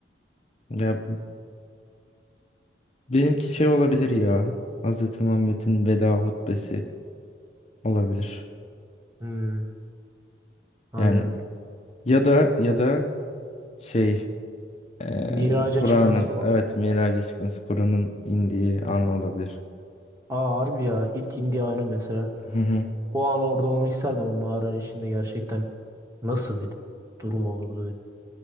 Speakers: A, on the left; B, on the right.
A: Ya benimki şey olabilir ya. Hz. Muhammed'in veda hutbesi olabilir.
B: Hmm, aynen.
A: Yani ya da ya da şey eee,
B: Miraca
A: Kur'an'ın
B: çıkması falan.
A: evet miraca çıkması Kur'an'ın indiği an olabilir.
B: Aa harbi ya ilk indiği anı mesela.
A: Hı hı,
B: O an orada olmak isterdim o mağaranın içinde gerçekten nasıl bir durum olurdu? diye.